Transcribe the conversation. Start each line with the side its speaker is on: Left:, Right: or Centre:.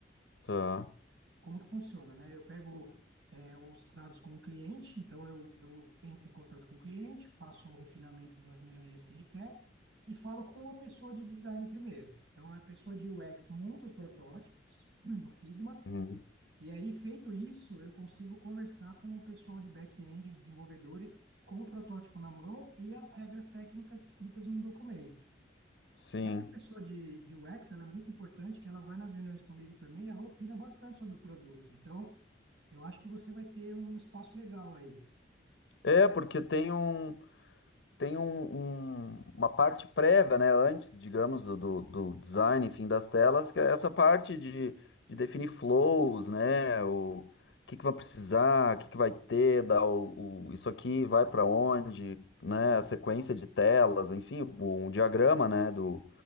Left: tá.
Right: como que funciona, né? Eu pego é, os dados com o cliente, então eu, eu entro em contato com o cliente, faço o refinamento das melhorias que ele quer e falo com a pessoa de design primeiro. Então, a pessoa de UX monta os protótipos <clears throat> no Figma,
Left: Uhum,
Right: e aí, feito isso, eu consigo conversar com o pessoal de back-end, os desenvolvedores, com o protótipo na mão e as regras técnicas escritas num documento.
Left: sim.
Right: Essa pessoa de, de UX, ela é muito importante, que ela vai nas reuniões comigo também, ela opina bastante sobre o produto. Então, eu acho que você vai ter um espaço legal aí.
Left: É, porque tem um. tem um- um- uma parte prévia, né, antes, digamos, do, do, do design, enfim, das telas, que é essa parte de, de definir flows, né, o que que vai precisar, o que que vai ter, dar o, o- isso aqui vai para onde, né, a sequência de telas, enfim, o, o diagrama, né, do,